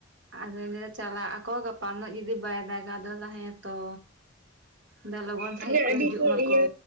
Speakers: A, on the right (about 60°); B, on the right (about 40°).
A: ᱟᱫᱚᱧ ᱞᱟᱹᱭᱫᱟ ᱪᱟᱞᱟᱜᱼᱟ ᱠᱚ ᱜᱟᱯᱟ ᱱᱚᱜ ᱡᱩᱫᱤ ᱵᱟᱭ ᱫᱟᱜᱟ ᱟᱫᱚᱭ ᱞᱟᱹᱫᱟ ᱦᱮᱸᱛᱚ᱾ ᱫᱟᱭ ᱞᱚᱜᱚᱱ ᱥᱟᱺᱦᱤᱡ
B: ᱛᱚᱵᱮ
A: ᱠᱚ
B: ᱟᱹᱰᱤ
A: ᱦᱤᱡᱩᱜ ᱢᱟᱠᱚ᱾
B: ᱤᱭᱟᱹ